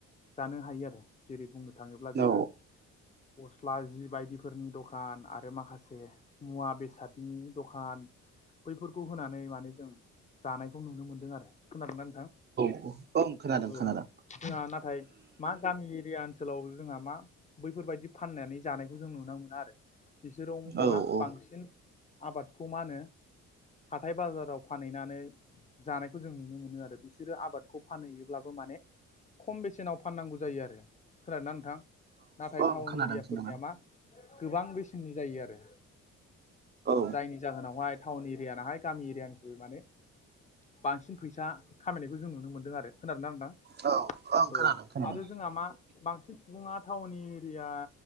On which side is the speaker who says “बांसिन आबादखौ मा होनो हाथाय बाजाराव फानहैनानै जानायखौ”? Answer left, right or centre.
Left